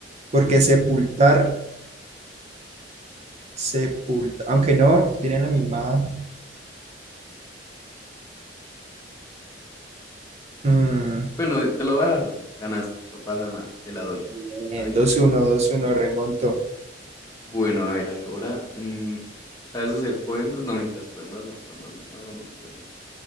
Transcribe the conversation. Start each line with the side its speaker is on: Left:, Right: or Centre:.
Right: Porque sepultar, sepulta. Aunque no, tienen la misma. Mm,
Left: Bueno, eh, te lo voy a dejar. Ganaste, no pasa nada, te la doy.
Right: bien,
Left: Está bien.
Right: dos uno 2-1, remonto.
Left: Bueno, a ver, ahora, mm, ¿sabes hacer poemas? No mentiras, poemas, no, poemas, no, no hagamos poemas.